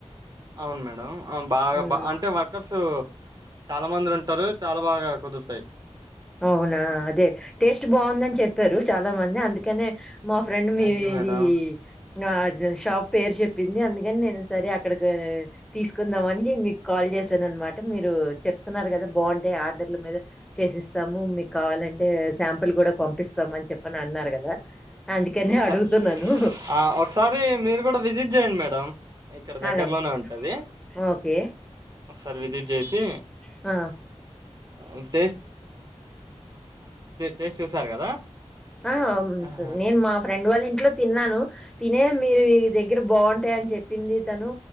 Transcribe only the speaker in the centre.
ఉమ్
అవునా అదే టేస్ట్ బాగుందని చెప్పారు చాలా మంది అందుకనే మా ఫ్రెండ్ మీ
ఇది ఆ షాప్ పేరు చెప్పింది అందుకని నేను సరే అక్కడకి తీసుకుందామ అని మీకు కాల్ చేశాను అనమాట మీరు చెప్తున్నారు కదా బాగుంటే ఆర్డర్ల మీద చేసిస్తాము మీకు కావాలంటే శాంపిల్ కూడా పంపిస్తామ అని చెప్పని అన్నారు కదా అందుకనే
అడుగుతున్నాను
అలాగే
ఓకే
ఆ
ఆ ఆ అంశ
నేను మా ఫ్రెండ్ వాళ్ళ ఇంట్లో తిన్నాను తినే మీరు ఇదగ్ దగ్గర బాగుంటాయని చెప్పి పింది తను